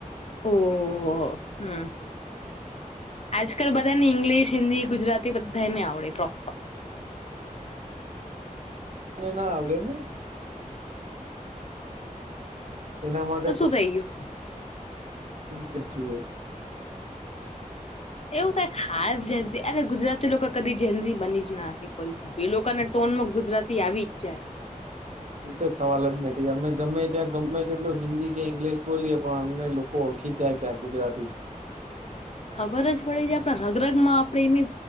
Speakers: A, on the left; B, on the right.
A: ઓહહહ હમ. આજકાલ બધાને ઇંગ્લિશ હિન્દી ગુજરાતી બધાને આવડે પ્રો
B: મને ના આવડે ને એના માટે
A: તો શું થઈ ગયું
B: જે જોએ
A: એવું કઈ ખાસ ઝન્સી અને ગુજરાતી લોકો કદી ઝન્સી બની જ નાઅકે. કઈસાબ એ લોકો ના ટોન માં ગુજરાતી આવી જાય.
B: એ તો સવાલ જ નથી અમે ગમે ત્યાં ગમે તેટલું હિન્દી કે ઇંગ્લિશ બોલીયએ પણ અમને ઓળખી ત્યાં ક્યાં ગુજરાતી છે.
A: ખબર જ પડે જે આપણા રગરગ માં આપણે એમ